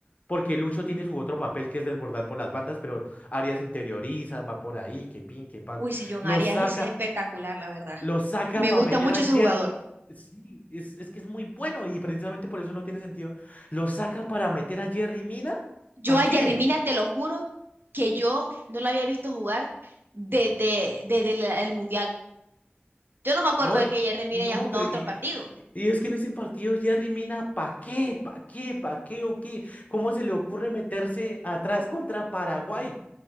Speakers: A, on the left; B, on the right.
A: Porque Lucho tiene su otro papel que es desbordar por las bandas, pero Arias interioriza, va por ahí, que pin, que pan.
B: Uy, ese John
A: Lo
B: Arias
A: saca.
B: es espectacular, la verdad.
A: Lo saca
B: Me
A: para
B: gusta
A: meter
B: mucho
A: a
B: ese
A: Jer.
B: jugador.
A: Sí, es, es que es muy bueno y precisamente por eso no tiene sentido. Lo saca para meter a Jerry Mina.
B: Yo
A: ¿Para
B: a
A: qué?
B: Jerry Mina, te lo juro, que yo no la había visto jugar desde, desde el, el Mundial. Yo no me acuerdo
A: No,
B: de
A: y-
B: que Jerry Mina
A: no,
B: haya jugado
A: pero
B: otros
A: y,
B: partidos.
A: y- y es que en ese partido Jerry Mina, ¿para qué? ¿Para qué? ¿Para qué o qué? ¿Cómo se le ocurre meterse atrás contra Paraguay?